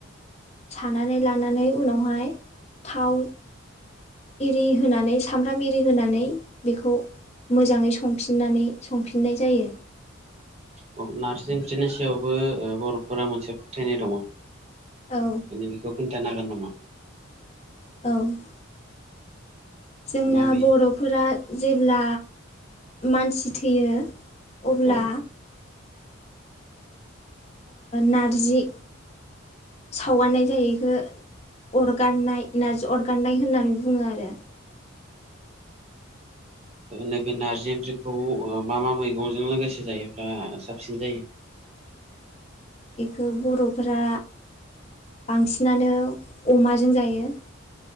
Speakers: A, on the left; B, on the right.
A: सानानै लानानै उनावहाय थाव एरि होनानै सामब्राम एरि होनानै बेखौ मोजाङै संफिननानै संफिननाय जायो।
B: औ नार्सि ओट्रिनि सायावबो बर'फोरा मोनसे फोथायनाय दङ।
A: औ
B: बेखौ खोन्थानो हागोन नामा?
A: औ जोंना
B: माबे
A: बर'फोरा जेब्ला मानसि थैयो अब्ला
B: औ
A: नारजि सावगारनाय जायो इखो अरगारनाय नारजि अरगारनाय होननानै बुङो आरो।
B: नैबे नारजि ओंख्रिखौ मा मा मैगंजों लोगोसे जायोब्ला साबसिन जायो?
A: बेखौ बर'फोरा बांसिनानो अमाजों जायो।